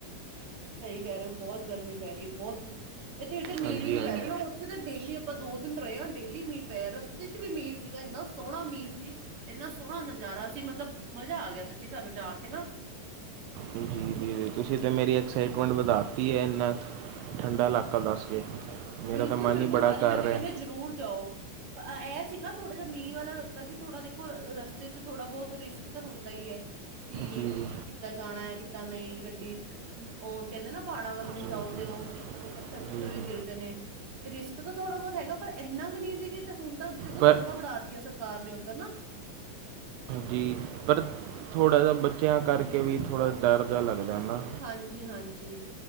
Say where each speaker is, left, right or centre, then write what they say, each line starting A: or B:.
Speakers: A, on the right (about 40°); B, on the right (about 80°).
A: ਸਹੀ ਕਹਿ ਰਹੇ ਓ ਬਹੁਤ ਗਰਮੀ ਪੈ ਰਹੀ ਹੈ ਬਹੁਤ ਇੱਥੇੇ ਮੀਂਹ
B: ਹਾਂਜੀ
A: ਵੀ ਨੀ
B: ਹਾਂਜੀ
A: ਪੈ ਰਿਹਾ ਨਾ ਇੱਥੇ ਤਾਂ ਡੇਲੀ ਆਪਾਂ ਦੋ ਦਿਨ ਰਹੇ ਹਾਂ ਡੇਲੀ ਮੀਂਹ ਪੇਆ ਰਸਤੇ ਚ ਇਥੇ ਵੀ ਮੀਹ ਸੀਗਾ ਇੰਨਾ ਸੋਹਣਾ ਮੀਹ ਸੀ ਇੰਨਾ ਸੋਹਣਾ ਨਜ਼ਾਰਾ ਸੀ ਮਤਲਬ ਮਜ਼ਾ ਆ ਗਿਆ ਸੀ ਜੀ, ਸਾਨੂੰ ਜਾ ਕੇ ਨਾ
B: ਜੀ ਜ ਤੁਸੀਂ ਤੇ ਮੇਰੀ ਐਕਸਾਈਟਮੈਂਟ ਵਧਾਤੀ ਏ ਇੰਨਾ ਠੰਡਾ ਲਾਕਾ ਦੱਸ ਕੇ ਮੇਰਾ
A: ਬਿਲਕੁਲ-ਬਿਲਕੁਲ
B: ਤਾਂ ਮਨ ਹੀ ਬੜਾ
A: ਭਾਜੀ
B: ਕਰ
A: ਮੈਂ ਤੇ
B: ਰਿਹਾ
A: ਕਹਿੰਦੀ ਆ ਜ਼ਰੂਰ ਜਾਓ। ਐ ਸੀ ਨਾ ਥੋੜਾ ਜਿਹਾ ਮੀਂਹ ਵਾਲਾ ਰਸਤਾ ਸੀ ਥੋੜਾ ਦੇਖੋ ਅ ਰਸਤੇ ਚ ਥੋੜਾ ਬਹੁਤ ਰਿਸਕ ਓ ਤਾਂ ਹੁੰਦਾ ਈ ਹੈ ਕਿ
B: ਜੀ ਜੀ
A: ਕਿੱਦਾਂ ਜਾਣਾ ਏ ਕਿੱਦਾਂ ਨਈ ਗੱਡੀ ਉ ਕਹਿੰਦੇ ਨਾ ਪਾੜਾਂ ਵੱਲ ਨੂੰ
B: ਜੀ
A: ਜਾਓ
B: ਜੀ
A: ਤੇ ਓ ਉਪਰੋਂ ਪੱਥਰ-ਪੁੱਥਰ
B: ਜੀ
A: ਵੀ
B: ਜੀ
A: ਗਿਰਦੇ ਨੇ ਰਿਸਕ ਤਾਂ ਥੋੜਾ ਬਹੁਤ ਹੈਗਾ ਪਰ ਇੰਨਾ ਕੁ ਨਹੀਂ ਸੀਗੀ ਤੇ ਦੇਖੋ ਹੁਣ ਤਾਂ ਦੇਖੋ
B: ਪਰ
A: ਸੜਕਾਂ ਬਣਾਤੀਆਂ ਸਰ ਕਾਰ ਨੇ ਉੱਧਰ ਨਾ
B: ਜੀ ਪਰ ਥੋੜ੍ਹਾ ਜਿਹਾ ਬੱਚਿਆਂ ਕਰਕੇ ਵੀ ਥੋੜ੍ਹਾ ਡਰ ਜਿਹਾ ਲੱਗਦਾ ਨਾ
A: ਹਾਂਜੀ-ਹਾਂਜੀ,